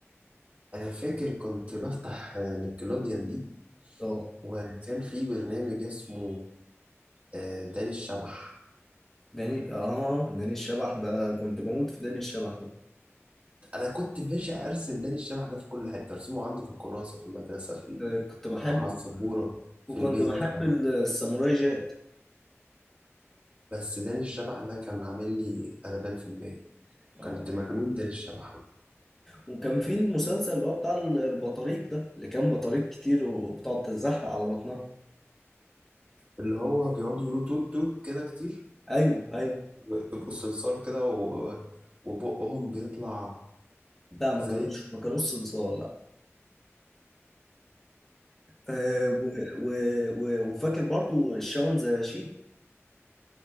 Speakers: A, on the right; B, in the centre.
A: انا فاكر كنت بفتح آه، نيكلوديان دي
B: اه
A: وكان في برنامج اسمه آه، داني الشبح
B: داني اه داني الشبح ده كنت بموت في داني الشبح ده
A: انا كنت باشا ارسم داني الشبح ده في كل حته ارسمه عندي في الكراسه في المدرسه في ال-
B: آه، كنت بحبه
A: أو على السبوره في
B: وكنت
A: البيت
B: بحب ال- الساموراي جاك
A: بس داني الشبح ده كان عامل لي قلبان في دماغي
B: اه
A: كنت مجنون داني الشبح ده.
B: وكان في المسلسل اللي هو بتاع ال- البطاريق ده اللي كان بطاريق كتير وبتقعد تتزحلق على بطنها
A: اللي هو بيقعدوا يقولوا توت توت كده كتير
B: ايوه ايوه
A: ويبقوا صلصال كده و- وبقهم بيطلع
B: لا ما كانوش
A: زي
B: ما كانوش صنصال لا آه و و و وفاكر برضو الشاون ذا شيب